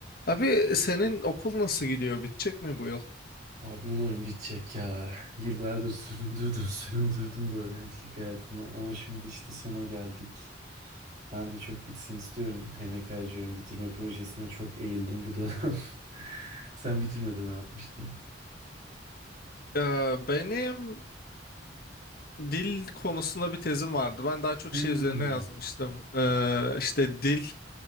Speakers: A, on the left; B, on the right.
A: Abi senin okul nasıl gidiyor? Bitecek mi bu yıl?
B: Abi umarım bitecek ya. Yıllardır süründürdüm <laughs> süründürdüm bu öğrencilik hayatını ama şimdi işte sona geldik. Ben de çok bitsin istiyorum. Emek harcıyorum. Bitirme projesine çok eğildim bu dönem. <laughs> Sen bitirmeden ne yapmıştın?
A: Ee, benim dil konusunda bir tezim vardı. Ben daha çok
B: Hmm.
A: şey üzerine yazmıştım. Ee, işte dil